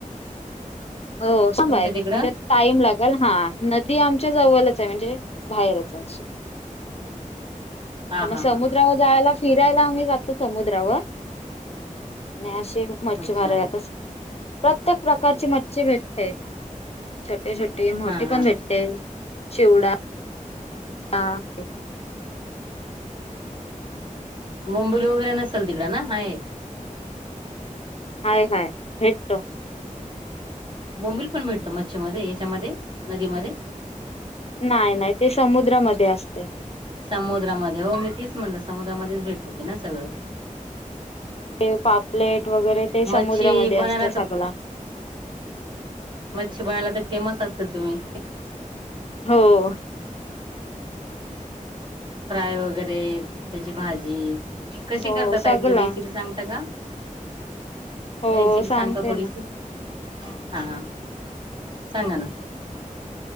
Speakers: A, on the left; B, on the right.
A: हो चांगलय
B: तुमच्या तिकडं
A: म्हणजे टाइम लागल हा नदी आमच्या जवलच आहे म्हणजे बाहेरच <unintelligible>
B: हा
A: तर
B: हा
A: म समुद्रावर
B: हा हा
A: जायला फिरायला आम्ही जातो समुद्रावर आणि अश मच्छी
B: अच्छा
A: मार जातस प्रत्येक प्रकारची मच्छी. भेटते छोटे छोटी मोठी
B: हा हा
A: पण भेटते शिवडा हां
B: बोंबील वगैरे नसेल तिकड ना हाय?
A: हाय हाय भेटतो.
B: बोंबील पण मिळतो मच्छी मध्ये याच्यामध्ये नदीमध्ये.
A: नाही नाही ते समुद्रामध्ये असतय.
B: समुद्रामध्ये हो मी तेच म्हणलं समुद्रामध्येच भेटत ते ना सगळं.
A: ते पापलेट वगैरे ते समुद्रामध्ये
B: मच्छी बनायला
A: असत
B: तर
A: सगळा.
B: मच्छी बनवायला तर फेमस असतील तुम्ही.
A: हो.
B: फ्राय वगैरे त्याची भाजी कशी
A: हो
B: करतात
A: सगला
B: ताई रेसिपी सांगता का?
A: हो
B: रेसिपी सांगता
A: सांगते
B: थोडीशी.
A: ना
B: हा हा सांगा ना.